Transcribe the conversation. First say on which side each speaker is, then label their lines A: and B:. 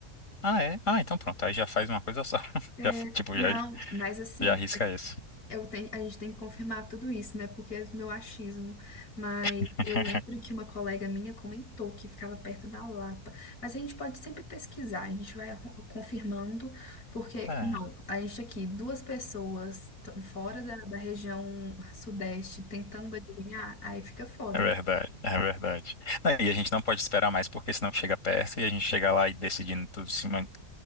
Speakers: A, on the left (about 55°); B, on the left (about 70°).
A: Ah, é? Ah, então pronto. Aí já faz uma coisa só. <laughs>
B: É,
A: Já, tipo,
B: não,
A: já,
B: mas assim,
A: já arrisca isso.
B: Eu tenho, a gente tem que confirmar tudo isso, né? Porque é meu achismo. Mas
A: <laughs>
B: eu lembro que uma colega minha comentou que ficava perto da Lapa. Mas a gente pode sempre pesquisar, a gente vai arru- confirmando, porque,
A: É,
B: não, a gente aqui, duas pessoas t- fora da, da região sudeste tentando adivinhar, aí fica foda,
A: é verdade,
B: né?
A: é verdade. Não, E a gente não pode esperar mais, porque senão chega perto e a gente chega lá e decidindo tudo em cima.